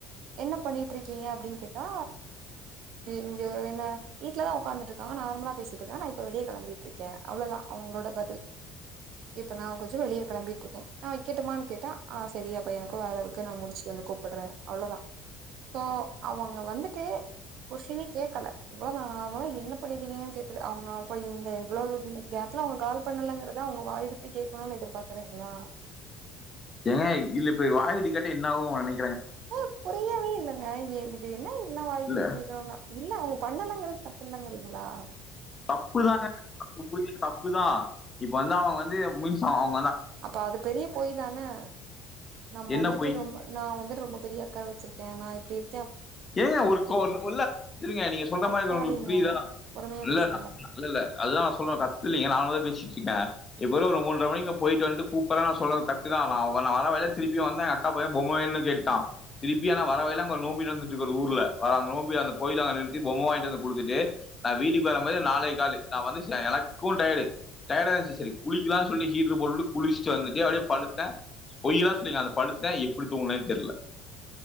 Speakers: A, on the right; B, on the left.
A: என்ன பண்ணிட்டு இருக்கீங்க அப்டின் கேட்டா இங்க நா வீட்லதா ஒக்காந்துட்டு இருக்காங்கா நார்மலா பேஸ் இப்பதா நா இப்ப வெளிய கெளம்பிட்டுருக்கே அவ்ளதா அவுங்களோட பதில் இப்ப நா கொஞ்ச வெளியே கிளம்பிட்டு இருக்கே நா வக்கட்டுமா கேட்டா அ சரி அப்ப எனக்கு வேல இருக்கு நா முடிச்சுட்டு வந்து கூப்புட்றே அவ்ளதா சோ அவுங்க வந்துட்டு கொஸ்டினே கேக்கல எவ்ளோ நேர ஆவு என்ன பண்ணிட்டுருந்தன் கேட் அவுங்க அப்போய் இந்த இவ்ளோ கேப்ல அவுங்க கால் பண்ணுலங்கறத அவுங்க வாய்விட்டு கேட்கணு எதர்பாக்கறுங்ளா
B: ஏங்க இல்ல இப்வாய்வுட்டு கேட்டா என்னாவு நெனை
A: ஓ புரியவே இல்லங்க ஏ இது என்ன என்ன வாய்விட்டு
B: இல்ல
A: கேக்கனுனா இல்ல அவுங்க பண்ணலங்கரது தப்புலங்கறீங்ளா
B: தப்புதாங்க தப்புதா இப்ப வந்து அவுங்க வந்து உங்ளுக்சாவாங்
A: அப்ப அது பெரிய பொய் தானே நம்ம
B: என்ன
A: வந்துட்டு
B: போய்
A: ரொம்ப நா வந்துட்டு ரொம்ப பெரியா அக்கா வச்சிருக்கே நா கேளு
B: ஏங்க ஒரு கொ இல்ல இருங்க நீங்க சொல்ற
A: கத்தாதீங்க
B: மாரி இது உங்களுக்கு புரியுதா
A: பொறுமையா
B: இல்லனா
A: பேசுங்க
B: இல்ல இல்ல இல்ல அதுதா நா சொல்ற கத்துலீங்க நார்மலாதா பேசிட்ருக்க இப்ப வந்து ஒரு மூன்ற மணிக்கு நா போய்ட்டு வந்ட்டு கூப்பர்ற நா சொன்னது கரெக்டுதா நா வ நா வர வழில திருப்பி வந்தே எங்க அக்கா பைய பொம்ம வேண்ணு கேட்டா திருப்பி நா வர வழில அங்க நோம்பி நடந்து ட்ருக்கு ஒரு ஊர்ல வர அங்க நோம்பியா அந்த கோயிலாண்ட நிறுத்தி பொம்ம வாங்கிட்டு வந்து குடுத்துட்டு நா வீட்டுக்கு வரம்போது நாலே காலு நா வந்து சே எனக்கு டையேடு டையேடா இந்துச்சு சரி குளிக்கலான்னு சொல்லி ஹீட்ரு போட்டுட்டு குளிச்சுட்டு வந்துட்டு அப்டியே படுத்தே பொய்யல்லா சொல்லிலங்க அந்த படுத்தே எப்புடி துங்குனனே தெர்ல